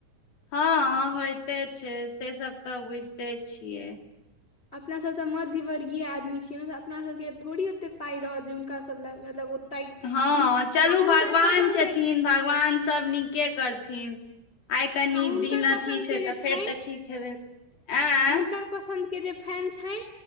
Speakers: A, on the left; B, on the left.
A: हँ होयइते छै, से सब तऽ बुझिते छियै।
B: अपनासभ तऽ मध्यवर्गीय आदमी छियै ने तऽ, अपनासभके थोड़े ओतेक पाइ रहत जे हुनकासभ लए मतलब त
A: हँ चलू
B: आ
A: भगवान
B: हुनकर पसन्दके
A: छथिन भगवान सब नीके करथिन। आइ कनि
B: आ हुनकर
A: दिन
B: पसन्द
A: अथी छै
B: के
A: तऽ,
B: जे छनि
A: फेर तऽ ठीक हेबे आँ
B: हुनकर पसंन्द के जे फैन छनि